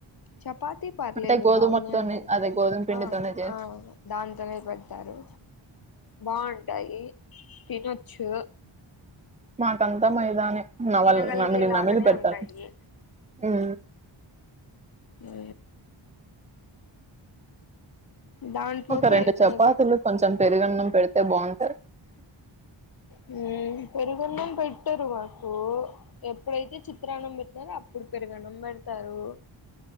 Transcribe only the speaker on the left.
చపాతీ పర్లేదు
బాగానే ఉంటది
ఆ
ఆ దాంతోనే పెడతారు బాగుంటాయి తినొచ్చు
తినగలిగే
లాగానే
ఉంటాయి
ఉ దాంట్లోకి
ఏదో
హు పెరుగన్నం పెట్టరు మాకు ఎప్పుడైతే చిత్రాన్నం బెట్నారో అప్పుడు పెరుగన్నం బెడతారు